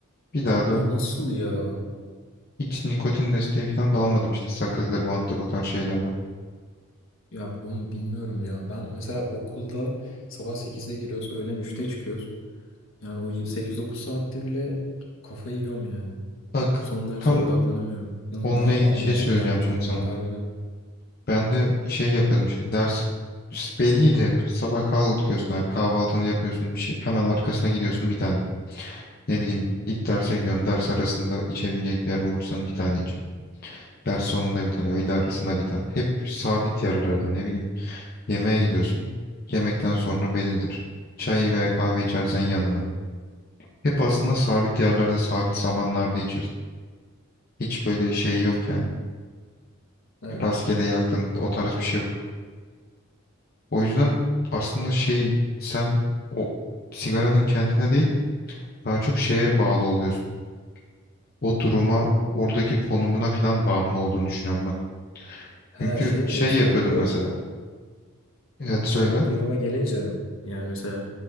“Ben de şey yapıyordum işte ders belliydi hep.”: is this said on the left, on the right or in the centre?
Left